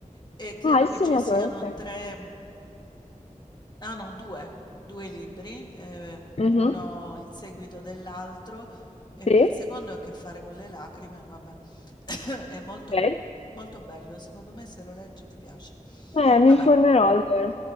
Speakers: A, on the left; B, on the left.
A: e credo
B: Ah, il
A: che
B: sognatore,
A: ci siano
B: ok.
A: 3 ah no 2, 2 libri, ehm,
B: Mhm.
A: uno il seguito dell'altro e
B: Sì,
A: il secondo ha a che fare con le lacrime, vabbè. <coughs> È molto
B: ok.
A: molto bello, secondo me se lo leggi ti piace.
B: Eh, mi
A: Vabbè,
B: informerò allora.